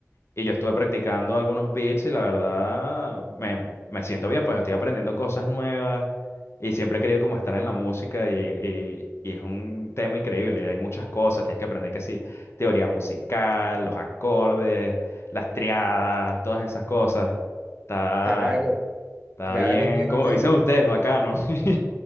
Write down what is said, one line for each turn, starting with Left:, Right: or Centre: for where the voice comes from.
Left: Y yo estuve practicando algunos beats y la verdad me, me siento bien, pues estoy aprendiendo cosas nuevas y siempre he querido como estar en la música y, y- y es un tema increíble, hay muchas cosas, tienes que aprender que sí, teoría musical, los acordes, las triadas, todas esas cosas. Está,
Right: Claro,
Left: está
Right: claro.
Left: bien,
Right: no,
Left: como
Right: ay,
Left: dicen ustedes, bacano. <laughs>